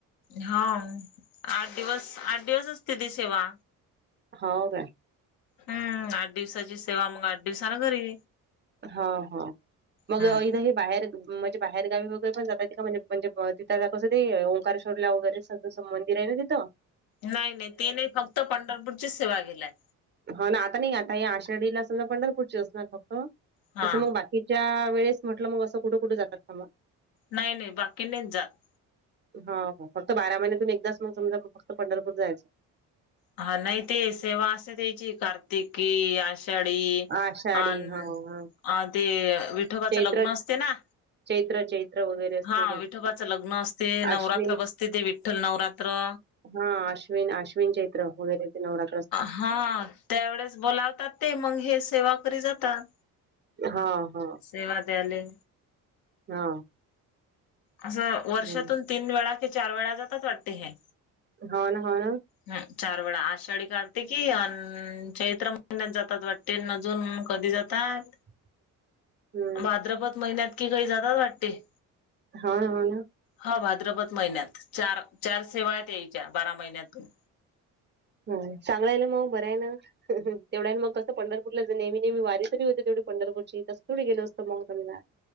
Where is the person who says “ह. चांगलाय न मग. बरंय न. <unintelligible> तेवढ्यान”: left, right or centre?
Right